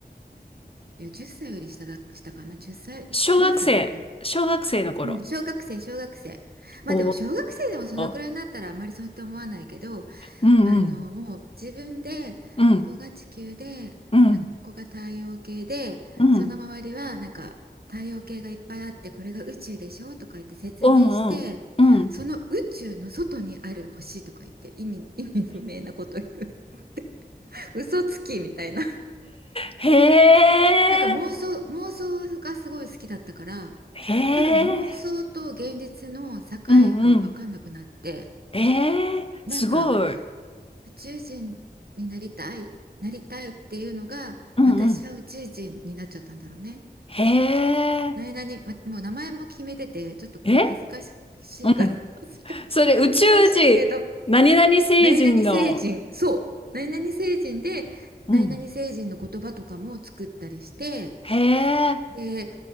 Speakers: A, on the right (about 65°); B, on the left (about 35°).
A: いや、10歳より下だ、下かな、10歳、
B: 小学生。
A: 9歳とか。
B: 小学生の頃。
A: うん、小学生、小学生。まあでも小学生でもそのくらいになったらあまりそうって思わないけど、
B: おー。うんうん。
A: あのもう自分でここが地球でなんかここが太陽系でその周りはなんか太陽系がいっぱいあってこれが宇宙でしょとか言って説明してその宇宙の外にある星とか言って意味、
B: うん。うん。うん。うんうん。うん
A: <laughs> 意味不明なこと言って <laughs> 嘘つきみたいな
B: へえ。
A: <laughs> なんか妄想妄想がすごい好きだったから
B: へえ。
A: 多分妄想と現実の境が分かんなくなって
B: うんうん。ええ。
A: なんか
B: すごい。
A: 宇宙人になりたい、なりたいっていうのが、
B: うんうん。
A: 私は宇宙人になっちゃったんだろうね。
B: へ
A: 何々、
B: え。
A: まもう名前も決めてて、ちょっと恥ずかし
B: えうん。
A: いから、<laughs> 恥ずか、
B: それ宇宙人、
A: 恥ずかしいけど、
B: 何々星人の、
A: 何々星人、そう、何々星人で、
B: うん。
A: 何々星人の言葉とかも作ったりして、
B: へえ、
A: で、